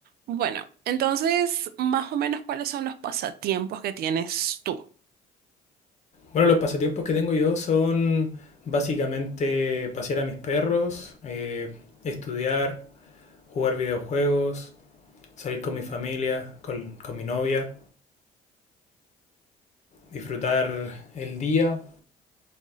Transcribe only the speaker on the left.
Bueno, los pasatiempos que tengo yo son básicamente pasear a mis perros, eh, estudiar, jugar videojuegos, salir con mi familia, con, con mi novia, disfrutar el día.